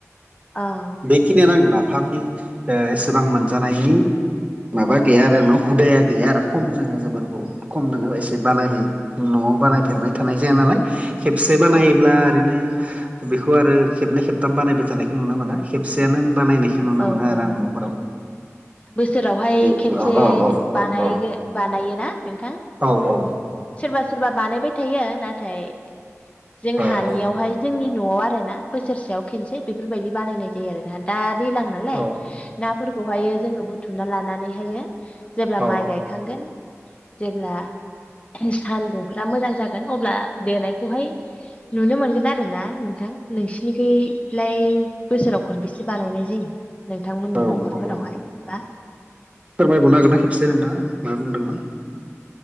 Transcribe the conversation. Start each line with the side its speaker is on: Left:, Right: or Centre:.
Left: औ
Right: बेखिनियानो नाफामनि एसेबां मोनजानायनि माबा गैया आरो न हुदाया गैया आरो खम जोङो जोबोर बहुद खम दङ एसे बानायबाय न'आव बानायफेरबाय थानाय जाया नालाय खेबसे बानायोब्ला
Left: औ
Right: ओरैनो बेखौ आरो खेबनै खेबथाम बानायबाय थानायखौ नुनो मोना खेबसेयानो बानायनायखौ नुनो
Left: औ
Right: मोनो आरो
Left: औ
Right: आं न'फोराव
Left: <inaudible> बोसोरावहाय
Right: बे
Left: खनसे
Right: औ औ औ
Left: बानाय
Right: औ औ
Left: बानायोना नोंथां।
Right: औ औ
Left: सोरबा सोरबा बानायबाय थायो नाथाय जोंहानियावहाय
Right: औ
Left: जोंनि न'आव आर ना बोसोरसेयाव खनसे बेफोरबायदि बानायनाय जायो आरो ना दा दैज्लां नालाय।
Right: औ
Left: नाफोरखौहायो जोङो बुथुमना लानानैहायो जेब्ला
Right: औ
Left: माइ गायखांगोन जेब्ला सानदुंफोरा मोजां जागोन अब्ला देनायखौहाय नुनो मोनगोन आरोना नोंथां नोंसिनिखैलाय बोसोराव खनबेसे बानायनाय जायो। नोंथांमोननि
Right: औ
Left: न'खरफोरावहाय
Right: औ
Left: बा
Right: फोरमायबावनो हागोन नना खेबसे नोंथाङा मा बुंदोंमोन।